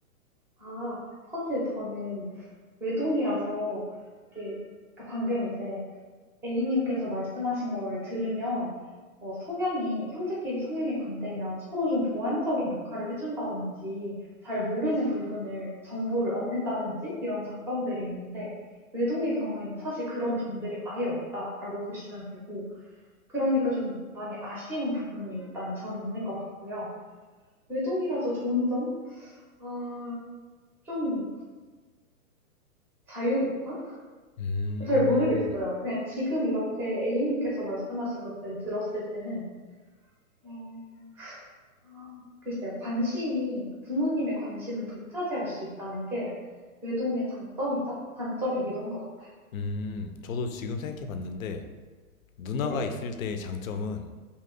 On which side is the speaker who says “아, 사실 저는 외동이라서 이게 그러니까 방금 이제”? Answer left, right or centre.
Centre